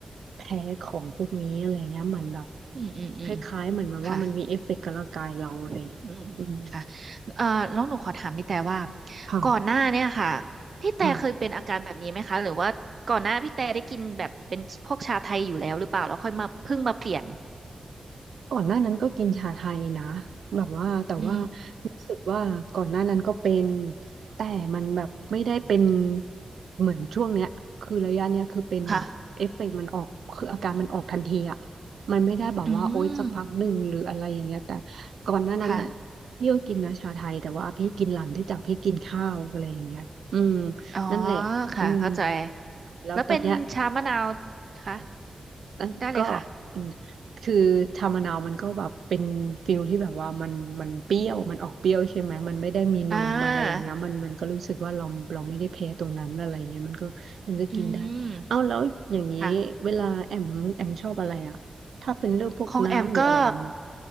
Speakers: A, on the right; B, on the right.
A: แพ้ของพวกนี้อะไรเงี้ยเหมือนแบบ
B: อืมอืมอืม
A: คล้ายๆเหมือนมันว่ามันมีเอฟเฟกต์กับร่างกายเราอะไรเงี้ยอืม
B: ค่ะอืมอืมอืมค่ะเอ่อแล้วหนูขอถามพี่แต่ว่า
A: ค่ะ
B: ก่อนหน้าเนี่ยค่ะพี่แต่เคยเป็นอาการแบบนี้ไหมคะหรือว่าก่อนหน้าพี่แต่ได้กินแบบเป็นพวกชาไทยอยู่แล้วหรือเปล่าแล้วค่อยมาเพิ่งมาเปลี่ยน
A: ค่ะ ก่อนหน้านั้นก็กินชาไทยนะแบบว่าแต่ว่า
B: อืม
A: รู้สึกว่าก่อนหน้านั้นก็เป็นแต่มันแบบไม่ได้เป็นเหมือนช่วงเนี้ยคือระยะเนี้ยคือเป็นแบบเอฟเฟกต์มันออกคืออาการมันออกทันทีอะ
B: ค่ะ
A: มันไม่ได้แบบว่าโอ๊ยสักพักหนึ่งหรืออะไรอย่างเงี้ยแต่
B: อืม
A: ก่อนหน้านั้นอ่ะ
B: ค่ะ
A: พี่ก็กินนะชาไทยแต่ว่าพี่กินหลังที่จากพี่กินข้าวอะไรอย่างเงี้ยอืม
B: อ๋อ
A: นั่นแหละอืม
B: ค่ะเข้าใจ
A: แล้วตอนเนี้ย
B: แล้วเป็นชามะนาวคะ
A: แล้วก็
B: ได้เลยค่ะ
A: อืมคือชามะนาวมันก็แบบเป็นฟิลที่แบบว่ามันมันเปรี้ยวมันออกเปรี้ยวใช่ไหมมันไม่ได้มีนมอะไรอย่างเงี้ยมันมันก็รู้สึกว่าเราเราไม่ได้แพ้ตรงนั้นอะไรเงี้ยมันก็มันก็กินได้เอาแล้วอย่างนี้เวลาแอมแอมชอบอะไรอ่ะถ้าเป็นเรื่องพวกน้ำหรืออะไรอย่างเงี้ย
B: อ่าอืมค่ะของแอมก็